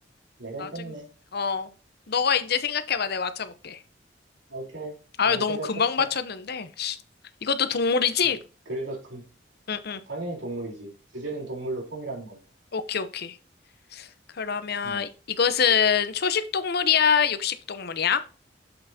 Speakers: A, on the right (about 85°); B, on the left (about 60°).
A: 내가
B: 나중,
A: 이겼네.
B: 어, 너가 이제 생각해봐. 내가 맞춰볼게.
A: 오케이.
B: 아유,
A: 다음
B: 너무
A: 생각했어.
B: 금방 맞췄는데. 이것도 동물이지?
A: 음. 그래서 그,
B: 응, 응.
A: 당연히 동물이지. 주제는 동물로 통일하는 걸로.
B: 오케이, 오케이. 그러면
A: 음,
B: 이것은 초식 동물이야? 육식 동물이야?